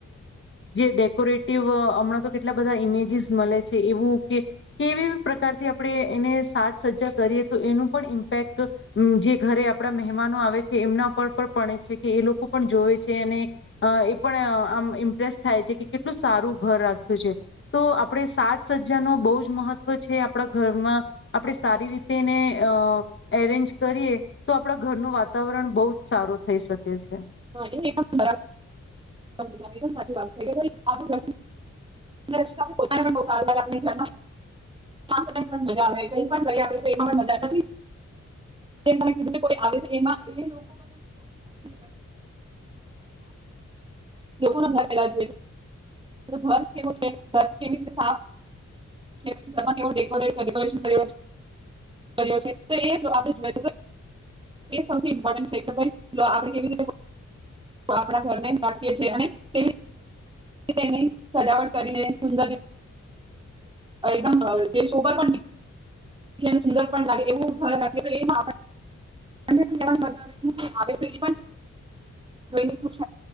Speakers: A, on the left; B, on the right.
A: જે ડેકોરેટિવ હમણાં તો કેટલા બધા ઈમેજીસ મળે છે એ કે કેવી પ્રકારથી આપણે એને સાજ સજ્જા કરીએ તો એનું પણ ઇમ્પેક્ટ જે ઘરે આપણા મહેમાનો આવે છે એમના પર પણ પડે છે, કે એ લોકો પણ જોવે છે અને એ પણ આમ ઇમ્પ્રેસ થાય છે કે કેટલું સારું ઘર રાખ્યું છે તો આપણે સા સજા ન બહ જ મહત્વ છે આપડા ઘરમાં આપણે સારી રીતે એને અ એરેન્જ કરીએ તો આપડા ઘરનું વાતાવરણ બહુ જ સારું થઈ શકે છે.
B: હ એ બરાબ <unintelligible> <unintelligible> લોકો ના ઘર <unintelligible> <unintelligible> તેની સજાવટ કરીને સુંદર રી એકદમ દેશોગર પણ સુંદર પણ લાગે <unintelligible> એવાગે